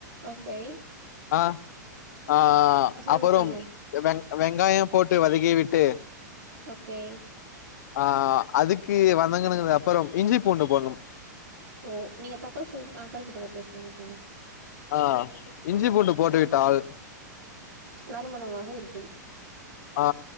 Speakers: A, on the right; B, on the left.
A: ஓகே
B: ஆ ஆ
A: சொல்லுங்க
B: அப்புறம்
A: சொல்லுங்க
B: வெங் வெங்காயம் போட்டு வதக்கி விட்டு
A: ஓகே
B: ஆ அதுக்கு வதங்குனதுக்கு அப்புறம் இஞ்சி பூண்டு போடணும்
A: ஓ நீங்க தப்பா சொல்லி ஆ கரெக்ட்டு கரெக்ட்டு சொல்லுங்க சொல்லுங்க
B: ஆ இஞ்சி பூண்டு போட்டு விட்டால்
A: நறுமணமாக இருக்கும்
B: ஆ